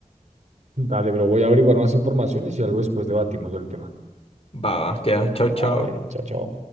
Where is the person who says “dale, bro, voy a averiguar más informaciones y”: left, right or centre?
Right